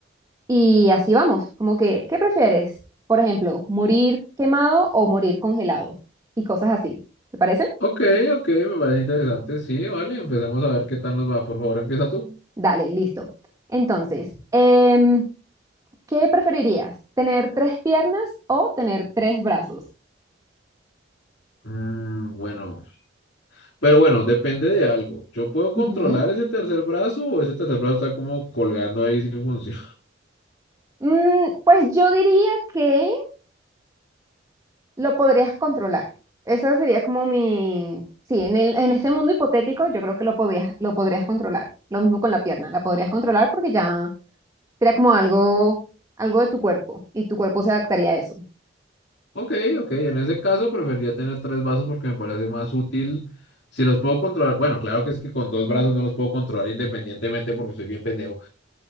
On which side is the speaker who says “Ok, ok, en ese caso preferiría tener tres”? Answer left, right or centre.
Left